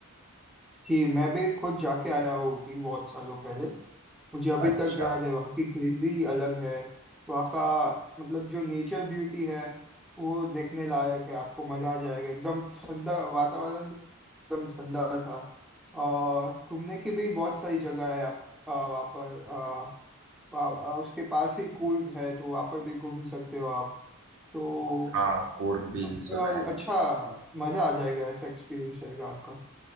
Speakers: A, in the centre; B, on the right.
A: जी मैं भी खुद जाके आया हूँ ऊटी बहुत सालों पहले मुझे अभी
B: अच्छा
A: तक याद है वहाँ की ग्रीनरी अलग है वहाँ का मतलब जो नेचर ब्यूटी है वो देखने लायक है आपको मजा आ जाएगा एकदम ठंडा वातावरण भी एकदम ठंडा था और घूमने की भी बहुत सारी जगह है आप आ, वहाँ पर आ, वा- आ, उसके पास ही कूर्ग है तो वहाँ पर भी घूम सकते हो आप तो
B: हाँ कोर्ग भी
A: overall
B: सुना है मैंने
A: अच्छा मजा आ जाएगा ऐसा एक्सपीरियंस रहेगा आपका